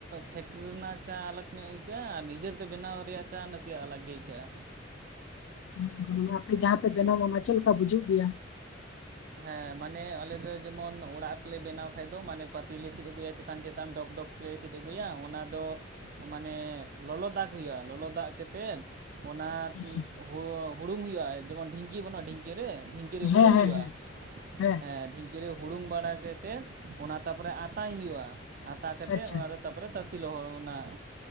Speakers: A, on the right; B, on the left.
A: ᱯᱷᱮᱠᱴᱨᱤ ᱨᱮᱱᱟᱜ ᱪᱟ ᱟᱞᱟᱜ ᱧᱚᱜ ᱟᱹᱭᱠᱟᱹᱜ ᱟᱹᱭᱠᱟᱹᱜᱼᱟ ᱟᱨ ᱱᱤᱡᱮᱛᱮ ᱵᱮᱱᱟᱣ ᱨᱮᱭᱟᱜ ᱪᱟ ᱱᱟᱥᱮᱱᱟᱜ ᱟᱞᱟᱜ ᱜᱮ ᱟᱹᱭᱠᱟᱹᱜᱼᱟ
B: <unintelligible> ᱟᱯᱮ ᱡᱟᱦᱟᱸ ᱯᱮ ᱵᱮᱱᱟᱣ ᱚᱱᱟ ᱪᱮᱫ ᱞᱮᱠᱟ ᱵᱩᱡᱩᱜ ᱜᱮᱭᱟ?
A: ᱦᱮᱸ ᱢᱟᱱᱮ ᱟᱞᱮ ᱫᱚ ᱡᱮᱢᱚᱱ ᱚᱲᱟᱜ ᱨᱮᱞᱮ ᱵᱮᱱᱟᱣ ᱠᱷᱟᱡ ᱫᱚ ᱢᱟᱱᱮ ᱯᱟᱹᱛᱤ ᱞᱮ ᱥᱤᱫ ᱟᱹᱜᱩᱭᱟ ᱪᱮᱛᱟᱱ ᱪᱮᱛᱟᱱ ᱰᱚᱜᱽ ᱰᱚᱜᱽ ᱞᱮ ᱥᱤᱫ ᱟᱹᱜᱩᱭᱟ ᱚᱱᱟ ᱫᱚ ᱢᱟᱱᱮ ᱞᱚᱞᱚ ᱫᱟᱜ ᱦᱩᱭᱩᱜᱼᱟ ᱞᱚᱞᱚ ᱫᱟᱜ ᱠᱟᱛᱮᱫ ᱚᱱᱟ
B: ᱟᱪᱪᱷᱟ
A: ᱦᱩ ᱦᱩᱲᱩᱝ ᱦᱩᱭᱩᱜᱼᱟ ᱡᱮᱢᱚᱱ ᱰᱷᱤᱝᱠᱤ ᱵᱟᱹᱱᱩᱜᱼᱟ ᱰᱷᱤᱝᱠᱤ ᱨᱮ ᱰᱷᱤᱝᱠᱤ ᱨᱮ
B: ᱦᱮᱸ
A: ᱦᱩᱲᱩᱝ
B: ᱦᱮᱸ
A: ᱦᱩᱭᱩᱜᱼᱟ
B: ᱦᱮᱸ ᱦᱮᱸ
A: ᱰᱷᱤᱝᱠᱤ ᱨᱮ ᱦᱩᱲᱩᱝ ᱵᱟᱲᱟ ᱠᱟᱛᱮᱫ ᱚᱱᱟ ᱛᱟᱯᱚᱨᱮ ᱟᱛᱟᱭ ᱦᱩᱭᱩᱜᱼᱟ ᱟᱛᱟ ᱠᱟᱛᱮ
B: ᱟᱪᱪᱷᱟ
A: ᱚᱱᱟ ᱫᱚ ᱛᱟᱯᱚᱨᱮ ᱛᱟᱥᱮ ᱞᱚᱦᱚ ᱚᱱᱟ